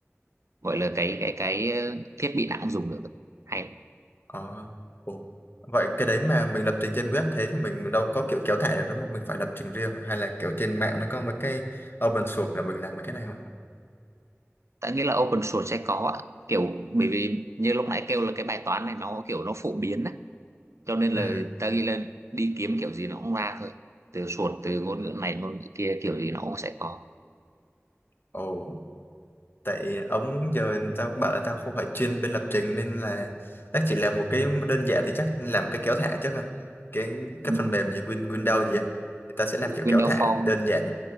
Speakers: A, on the right (about 80°); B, on the left (about 50°).
A: gọi là cái cái cái thiết bị nào cũng dùng được hay
B: À, ồ. Vậy cái đấy mà mình lập trình trên web thế thì mình đâu có kiểu kéo thả được đúng không? Mình phải lập trình riêng hay là kiểu trên mạng nó có mấy cái open source là mình làm mấy cái này không?
A: tại nghĩa là open source sẽ có ạ. kiểu bởi vì như lúc nãy kêu là cái bài toán này nó kiểu nó phổ biến á cho nên
B: Ừ.
A: là ta ghi lên đi kiếm kiểu gì nó cũng ra thôi từ source từ ngôn ngữ này ngôn ngữ kia kiểu gì nó cũng sẽ có
B: Ồ. tại ống giờ tao bảo là tao không phải chuyên bên lập trình nên là chắc chỉ làm một cái đơn giản thì chắc làm cái kéo thả trước thôi cái
A: ừ.
B: cái phần mềm gì Win Windows gì á thì ta sẽ làm kiểu
A: Windows
B: kéo thả
A: Phone
B: đơn giản